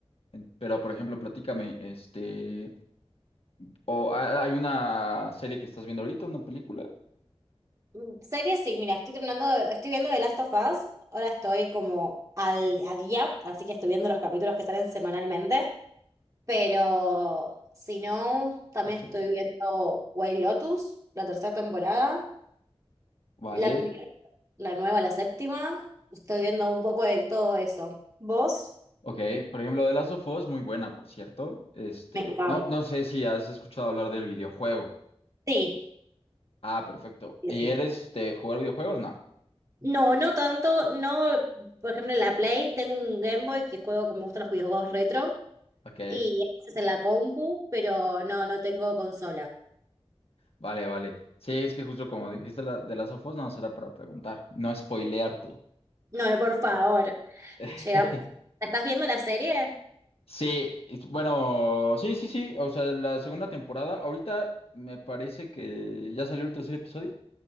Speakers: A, on the left; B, on the right.
A: en- pero por ejemplo, platícame, este, o ha- hay una serie que estás viendo ahorita, una película.
B: Mm, Series, sí, mira, estoy terminando, de- estoy viendo The Last of Us, ahora estoy como al, a día, así que estoy viendo los capítulos que salen semanalmente. Pero si no, también
A: Ok,
B: estoy viendo White Lotus, la tercera temporada,
A: vale.
B: Black Mirror, la nueva, la séptima. Estoy viendo un poco de todo eso. ¿Vos?
A: Ok, por ejemplo, The Last of Us, muy buena, por cierto. Este,
B: Me encanta.
A: no, no sé si has escuchado hablar del videojuego.
B: Sí,
A: Ah, perfecto.
B: sí,
A: ¿Y
B: sí.
A: eres de jugar videojuegos? No.
B: No, no tanto. No, por ejemplo, en la Play tengo un Game Boy que juego como me gustan los videojuegos retro
A: Ok,
B: y a veces en la compu, pero no, no tengo consola.
A: vale, vale. Sí, es que justo como dijiste la, de Last of Us, no será para preguntar, no spoilearte.
B: No, por
A: Es-
B: favor.
A: <laughs>
B: Llegamos. ¿La estás viendo la serie?
A: Sí, es- bueno, sí, sí, sí. O sea, la segunda temporada, ahorita me parece que ya salió el tercer episodio.